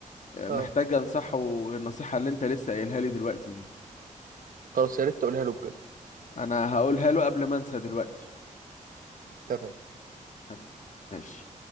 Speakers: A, on the left; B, on the right.
A: آه، محتاج
B: اه
A: انصحه النصيحة اللي انت لسه قايلها لي دلوقتي دي
B: خلاص يا ريت تقولها له بجد
A: انا هقولها له قبل ما انسى دلوقتي
B: تمام
A: حب- ماشي